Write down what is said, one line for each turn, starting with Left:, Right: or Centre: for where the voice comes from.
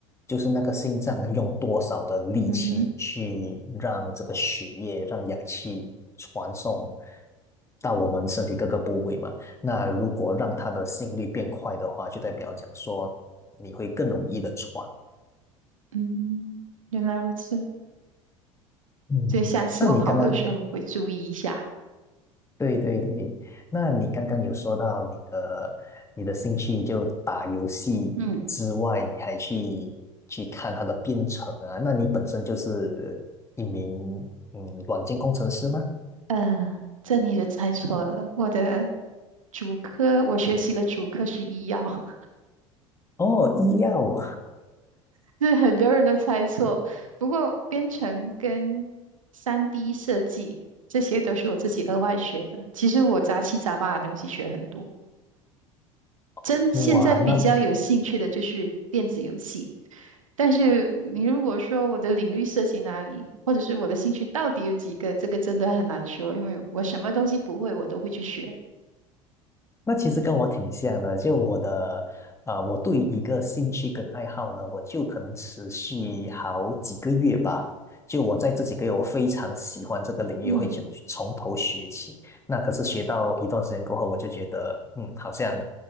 Left: 就是那个心脏用多少的力气去让这个血液、
Right: 嗯哼。
Left: 让氧气传送到我们身体各个部位嘛。那如果让它的心率变快的话，就代表讲说你会更容易的喘。
Right: 嗯，原来如此，
Left: 嗯，
Right: 所以下次我跑步的时候会注意一下。
Left: 那你刚刚对对对，那你刚刚有说到你的你的兴趣就打游戏之外，
Right: 嗯，
Left: 你还去去看它的编程啊？那你本身就是一名嗯软件工程师吗？
Right: 呃，这你就猜错了，我的主科，我学习的主科是医药，
Left: 哦，医药，
Right: <laughs> 这很多人都猜错。不过编程跟三 d 设计这些都是我自己额外学的，其实我杂七杂八的东西学很多。
Left: <laughs>
Right: 真现在比较有兴趣的就是电子游戏，
Left: 哇，那
Right: 但是你如果说我的领域涉及哪里，或者是我的兴趣到底有几个，这个真的很难说，因为我什么东西不会，我都会去学。
Left: 那其实跟我挺像的，就我的，呃，我对于一个兴趣跟爱好呢，我就可能持续好几个月吧。就我在这几个月，我非常喜欢这个领域，
Right: 嗯。
Left: 我会去去从头学起。那可是学到一段时间过后，我就觉得，嗯，好像，